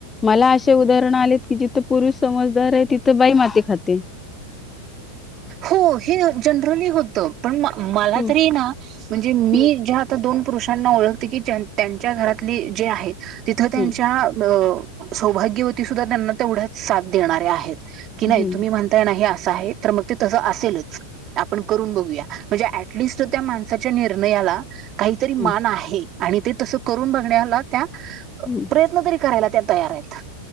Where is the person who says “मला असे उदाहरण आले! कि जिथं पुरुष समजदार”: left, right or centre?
Left